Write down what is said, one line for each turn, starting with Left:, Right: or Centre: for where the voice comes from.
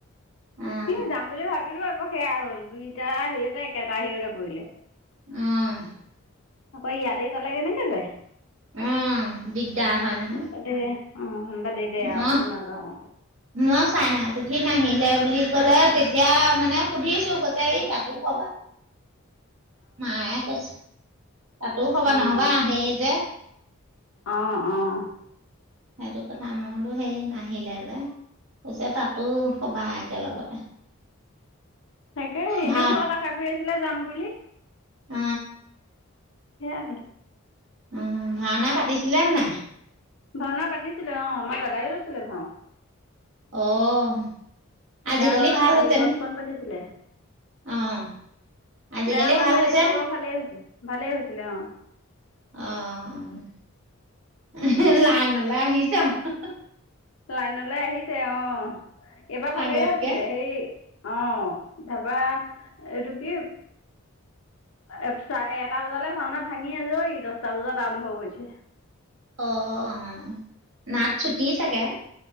Right: অ'
Left: সি যাম বুলি ভাবিলো আকৌ সেয়া হল দুইটা সেহঁতে একেটা সেহতে পৰিলে
Right: উম
Left: আকৌ ইয়াতে তলে কেনেকে যায়
Right: অ দিগদাৰ হয় নহয়
Left: বাদে দে অ বাদে দে
Right: মই
Left: আবুলো নাযাওঁ।
Right: মই চাই ন পুঠি নাহিলে বুলি কলে তেতিয়া মানে সুধিছো গোতে এই তাতো কবাত
Left: অও
Right: মায়ে কৈছে তাতো হবা
Left: অঁ
Right: নহবা আহেই যে
Left: অঁ অঁ
Right: সেইটো কথা মোৰো সেই নাহিলে যে পিছে তাতো সবা একেলগতে।
Left: তাকে এনেও
Right: ভাল
Left: ঘৰত আশা কৰি আছিলে যাম বুলি
Right: উ
Left: সেয়া হ'ল।
Right: উম, ভাওনা পাতিছিলে নে নাই?
Left: ভাওনা পাতিছিলে অ' আমাৰ দাদাও লৈছিলে ভাও।
Right: অ'।
Left: সীতাহৰণ
Right: আজিকালি ভাল
Left: বালি
Right: হৈছে
Left: বথখন
Right: নে?
Left: পাতিছিলে।
Right: অ', আজিকালি
Left: বেয়া হোৱা
Right: ভাল
Left: নাই
Right: হৈছে
Left: এইবাৰ
Right: ন?
Left: বাৰু ভালেই হৈছে ভালেই হৈছিলে অ'।
Right: অ', লাইনলৈ আহিছে আৰু।
Left: লাইনলৈ আহিছে অ' এইবাৰ ভালেই
Right: আগতকে।
Left: হৈছিলে। হেৰি অ', তাৰপা এইটো কি এটা বজালৈ ভাওনাত ভাঙি আজৰি দহটা বজাত আৰম্ভ কৰিছে।
Right: অ', নাট ছুটি চাগে?